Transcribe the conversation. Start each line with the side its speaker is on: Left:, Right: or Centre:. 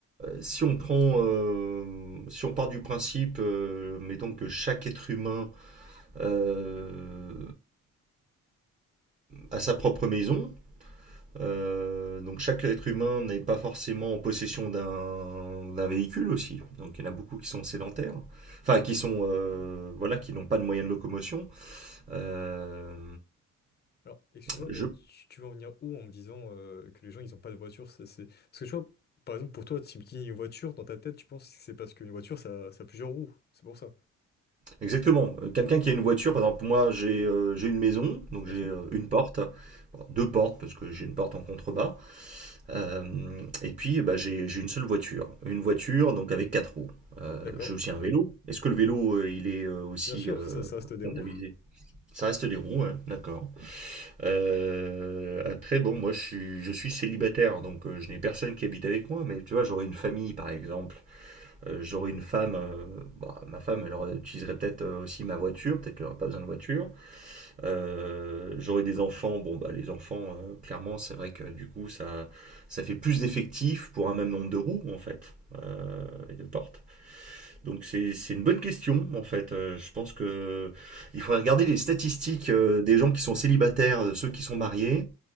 Right: Si on prend, euh, si on part du principe, euh, mettons que chaque être humain euh, a sa propre maison, euh, donc chaque être humain n'est pas forcément en possession d'un d'un véhicule aussi. Donc il y en a beaucoup qui sont sédentaires, enfin qui sont euh, voilà qui n'ont pas de moyens de locomotion. Euh,
Left: <laughs> Alors, excuse-moi,
Right: je
Left: mais tu, tu veux en venir où en me disant euh, que les gens, ils ont pas de voiture? c'est... c'est- Parce que tu vois, par exemple, pour toi, si tu une voiture, dans ta tête, tu penses que c'est parce qu'une voiture, ça, ça a plusieurs roues. C'est pour ça.
Right: exactement. Euh, Quelqu'un qui a une voiture, par exemple moi j'ai euh, j'ai une maison, donc
Left: Bien
Right: j'ai
Left: sûr.
Right: euh, une porte, Bon, deux portes parce que j'ai une porte en contrebas. Euh, et puis, bah, j'ai j'ai une seule voiture. Une voiture, donc avec quatre roues. Euh,
Left: D'accord.
Right: j'ai aussi un vélo. Est-ce que le vélo, euh, il est euh, aussi
Left: Bien sûr,
Right: euh,
Left: ça, ça reste des
Right: comptabilisé?
Left: roues.
Right: Ça reste des roues, ouais, d'accord. Euh, après, bon, moi, je suis, je suis célibataire, donc euh, je n'ai personne qui habite avec moi, mais tu vois, j'aurais une famille, par exemple. Euh, j'aurais une femme, euh, bah, ma femme, elle aurait- utiliserait peut-être euh, aussi ma voiture, peut-être qu'elle n'aurait pas besoin de voiture. Euh, J'aurai des enfants. Bon, bah, les enfants, euh, clairement, c'est vrai que du coup, ça, ça fait plus d'effectifs pour un même nombre de roues, en fait, euh, et de portes. Donc, c'est c'est une bonne question, en fait. Euh, je pense que il faudrait regarder les statistiques euh, des gens qui sont célibataires, de ceux qui sont mariés,